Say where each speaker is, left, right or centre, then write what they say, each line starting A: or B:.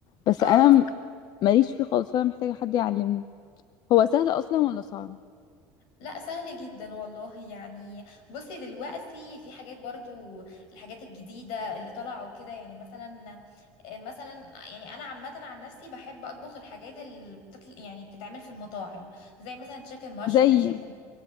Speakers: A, on the left (about 50°); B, on the left (about 75°).
A: بس
B: اه
A: انا م- ماليش فيه خالص فانا محتاجة حد يعلمني هو سهل اصلا ولا صعب
B: لا سهل جدا والله يعني بصي دلوقتي في حاجات برضو الحاجات الجديدة اللي طالعة وكده يعني مثلا مثلا يعني انا عامة عن نفسي بحب اطبخ الحاجات اللي بتطل يعني بتتعمل في المطاعم زي مثلا تشيكن مشروم
A: زيي
B: تشيكن